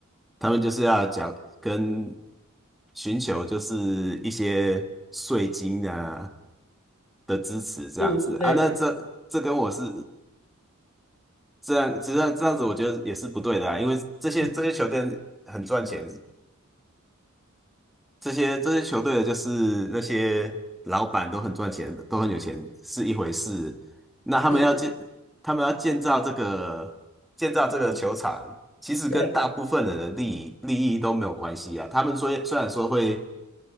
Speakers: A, in the centre; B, on the left (about 35°).
A: 他们就是要讲跟寻求就是一些税金啊的支持这样子啊，
B: 路之类的，
A: 那这这跟我是这样，这样这样子，我觉得也是不对的啊，因为这些这些球队很赚钱，
B: 嗯，
A: 这些这些球队的就是那些老板都很赚钱，都很有钱是一回事。那他们要建，
B: 是，
A: 他们要建造这个建造这个球场，其实跟大部分人的利益利益都没有关系啊。
B: 对，
A: 他们说虽然说会